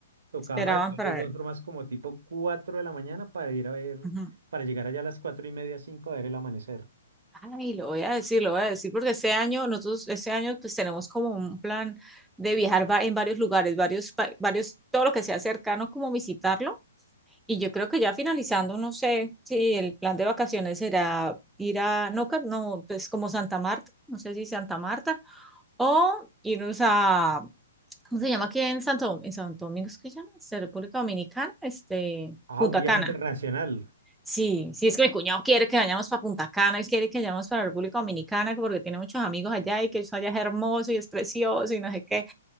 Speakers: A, on the right; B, in the centre.
A: tocaba
B: esperaban
A: madrugar
B: para
A: de
B: ver.
A: dos formas como tipo cuatro de la mañana para ir a ver,
B: Ujú.
A: para llegar allá a las cuatro y media, cinco a ver el amanecer.
B: Ay, lo voy a decir, lo voy a decir, porque ese año, nosotros, ese año, pues tenemos como un plan de viajar va- en varios lugares, varios, pa- varios, todo lo que sea cercano, como visitarlo. Y yo creo que ya finalizando, no sé si el plan de vacaciones será ir a, no, Car- no, pues como Santa Marta, no sé si Santa Marta, o irnos a, ¿cómo se llama aquí en Santo, en Santo Domingo? ¿Es que se llama? ¿Es República Dominicana, este,
A: Ah,
B: Punta
A: un viaje
B: Cana.
A: internacional.
B: Sí, sí, es que mi cuñado quiere que vayamos para Punta Cana, él quiere que vayamos para la República Dominicana, que porque tiene muchos amigos allá y que eso allá es hermoso y es precioso y no sé qué.